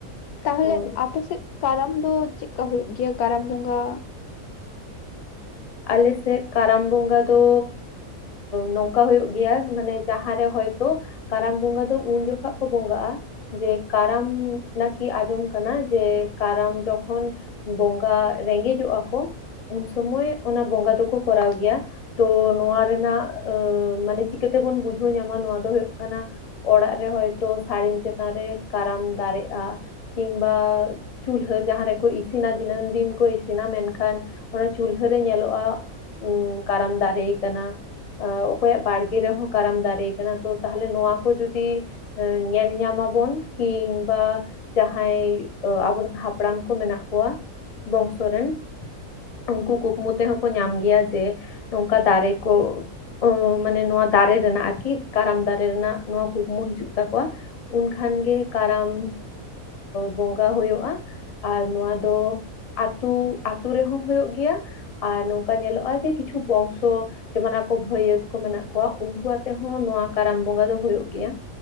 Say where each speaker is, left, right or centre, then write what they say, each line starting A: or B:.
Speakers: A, on the left; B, on the left.
A: ᱛᱟᱦᱚᱞᱮ
B: ᱦᱳᱭ
A: ᱟᱯᱮ ᱥᱮᱫ ᱠᱟᱨᱟᱢ ᱫᱚ ᱪᱮᱫᱠᱟ ᱦᱳᱭᱳ ᱜᱮᱭᱟ ᱠᱟᱨᱟᱢ ᱵᱚᱸᱜᱟ?
B: ᱟᱞᱮ ᱥᱮᱫ ᱠᱟᱨᱟᱢ ᱵᱚᱸᱜᱟ ᱫᱚ ᱱᱚᱝᱠᱟ ᱦᱩᱭᱩᱜ ᱜᱮᱭᱟ ᱢᱟᱱᱮ ᱡᱟᱦᱟᱸᱨᱮ ᱦᱚᱭᱛᱳ ᱠᱟᱨᱟᱢ ᱵᱚᱸᱜᱟ ᱫᱚ ᱩᱱ ᱡᱚᱠᱷᱟᱜ ᱠᱚ ᱵᱚᱸᱜᱟᱜᱼᱟ ᱡᱮ ᱠᱟᱨᱟᱢ ᱱᱟᱠᱤ ᱟᱸᱡᱚᱢ ᱠᱟᱱᱟ ᱡᱮ ᱠᱟᱨᱟᱢ ᱡᱚᱠᱷᱚᱱ ᱵᱚᱸᱜᱟ ᱨᱮᱸᱜᱮᱡᱚᱜᱼᱟ ᱠᱚ ᱩᱱ ᱥᱚᱢᱚᱭ ᱚᱱᱟ ᱵᱚᱸᱜᱟ ᱫᱚᱠᱚ ᱠᱚᱨᱟᱣ ᱜᱮᱭᱟ ᱛᱚ ᱱᱚᱣᱟ ᱨᱮᱱᱟᱜ ᱟᱹ ᱢᱟᱱᱮ ᱪᱤᱠᱟᱹᱛᱮᱵᱚᱱ ᱵᱩᱡᱷᱟᱹᱣ ᱧᱟᱢᱟ ᱱᱚᱣᱟ ᱫᱚ ᱦᱩᱭᱩᱜ ᱠᱟᱱᱟ ᱚᱲᱟᱜ ᱨᱮ ᱦᱚᱭᱛᱳ ᱥᱟᱹᱲᱤᱢ ᱪᱮᱛᱟᱱ ᱨᱮ ᱠᱟᱨᱟᱢ ᱫᱟᱨᱮᱜᱼᱟ ᱠᱤᱢᱵᱟ ᱪᱩᱞᱦᱟᱹ ᱡᱟᱦᱟᱸ ᱨᱮᱠᱚ ᱤᱥᱤᱱᱟ ᱫᱤᱱᱟᱹᱢ ᱫᱤᱱ ᱠᱚ ᱤᱥᱤᱱᱟ ᱢᱮᱱᱠᱷᱟᱱ ᱚᱱᱟ ᱪᱩᱞᱦᱟᱹ ᱨᱮ ᱧᱮᱞᱚᱜᱼᱟ ᱩ ᱠᱟᱨᱟᱢ ᱫᱟᱨᱮ ᱠᱟᱱᱟ ᱚᱠᱚᱭᱟᱜ ᱵᱟᱲᱜᱮ ᱨᱮᱦᱚᱸ ᱠᱟᱨᱟᱢ ᱫᱟᱨᱮ ᱠᱟᱱᱟ ᱛᱚ ᱛᱟᱦᱚᱞᱮ ᱱᱚᱣᱟ ᱠᱚ ᱡᱩᱫᱤ ᱧᱮᱞ ᱧᱟᱢᱟᱵᱚᱱ ᱠᱤᱢᱵᱟ ᱡᱟᱦᱟᱸᱭ ᱟᱵᱚᱨᱮᱱ ᱦᱟᱯᱲᱟᱢ ᱠᱚ ᱢᱮᱱᱟᱜ ᱠᱚᱣᱟ ᱵᱚᱝᱥᱚ ᱨᱮᱱ ᱩᱱᱠᱩ ᱠᱩᱠᱢᱩ ᱛᱮᱦᱚᱸ ᱠᱚ ᱧᱟᱢ ᱜᱮᱭᱟ ᱡᱮ ᱱᱚᱝᱠᱟ ᱫᱟᱨᱮ ᱠᱚ ᱚ ᱢᱟᱱᱮ ᱱᱚᱣᱟ ᱫᱟᱨᱮ ᱨᱮᱱᱟᱜ ᱟᱨᱠᱤ ᱠᱟᱨᱟᱢ ᱫᱟᱨᱮ ᱨᱮᱱᱟᱜ ᱱᱚᱣᱟ ᱠᱩᱠᱢᱩ ᱦᱤᱡᱩᱜ ᱛᱟᱠᱚᱣᱟ ᱩᱱᱠᱷᱟᱱᱜᱮ ᱠᱟᱨᱟᱢ ᱵᱚᱸᱜᱟ ᱦᱩᱭᱩᱜᱼᱟ ᱟᱨ ᱱᱚᱣᱟ ᱫᱚ ᱟᱛᱩ ᱟᱛᱩ ᱨᱮᱦᱚᱸ ᱦᱩᱭᱩᱜ ᱜᱮᱭᱟ ᱟᱨ ᱱᱚᱝᱠᱟ ᱧᱮᱞᱚᱜᱼᱟ ᱡᱮ ᱠᱤᱪᱷᱩ ᱵᱚᱝᱥᱚ ᱡᱮᱢᱚᱱ ᱟᱠᱚ ᱵᱷᱟᱹᱭᱭᱟᱹᱛ ᱠᱚ ᱢᱮᱱᱟᱜ ᱠᱚᱣᱟ ᱩᱱᱠᱩ ᱟᱛᱮ ᱦᱚᱸ ᱱᱚᱣᱟ ᱠᱟᱨᱟᱢ ᱵᱚᱸᱜᱟ ᱫᱚ ᱦᱩᱭᱩᱜᱳ ᱜᱮᱭᱟ